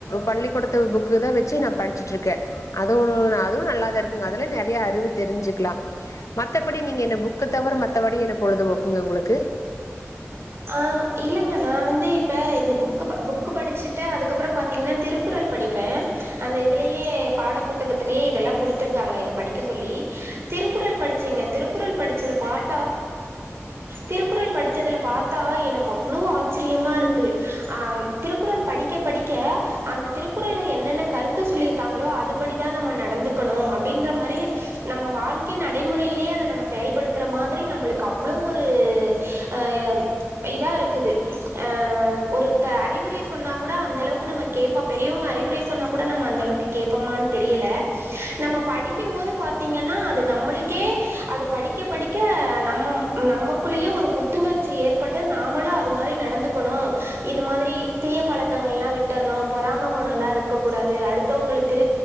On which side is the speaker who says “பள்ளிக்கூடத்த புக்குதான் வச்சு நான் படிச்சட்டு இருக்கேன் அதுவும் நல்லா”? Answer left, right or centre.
Left